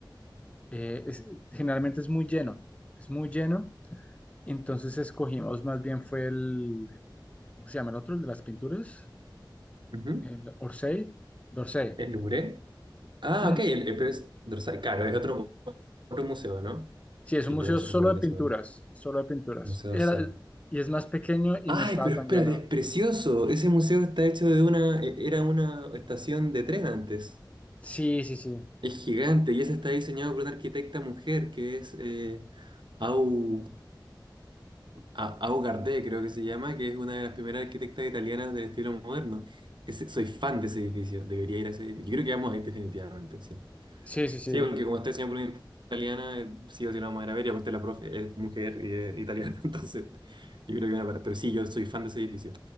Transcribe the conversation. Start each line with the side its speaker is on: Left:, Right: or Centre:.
Left: eh, es- generalmente es muy lleno, es muy lleno, entonces escogimos, más bien fue el, ¿cómo se llama el otro? El de las pinturas,
Right: ujú.
Left: el Orsay, d'Orsay.
Right: ¿El Louvre? Ah,
Left: <clears throat>
Right: ok, el, el- pero es Dorsay. Claro, es otro, otro museo, ¿no?
Left: Sí, es
Right: Sí,
Left: un
Right: creo
Left: museo
Right: que nosotros
Left: solo
Right: vamos a ir
Left: de
Right: a
Left: pinturas,
Right: ese bueno.
Left: solo de pinturas.
Right: Museo
Left: Era,
Right: Dorsay.
Left: y es más pequeño y
Right: Ay,
Left: no estaba
Right: pero
Left: tan
Right: espérate,
Left: lleno.
Right: es precioso. Ese museo está hecho de una, e- era una estación de tren antes.
Left: Sí, sí, sí,
Right: Es gigante y ese está diseñado por una arquitecta mujer que es eh, Au, A- Au Gardé, creo que se llama, que es una de las primeras arquitectas italianas del estilo moderno. Ese- soy fan de ese edificio, debería ir a ese edificio. Yo creo que vamos a ir definitivamente, sí.
Left: sí, sí, sí,
Right: Sí, porque como está diseñado por una italiana, eh, sí o sí lo vamos a ir a ver y aparte la profe es mujer y es italiana, <laughs> entonces yo creo que van a parar. Pero sí, yo soy fan de ese edificio.